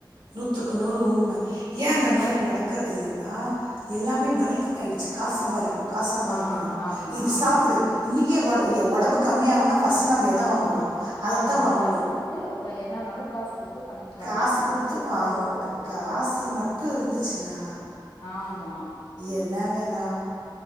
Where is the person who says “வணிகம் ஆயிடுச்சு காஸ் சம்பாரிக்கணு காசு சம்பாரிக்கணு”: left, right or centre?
Right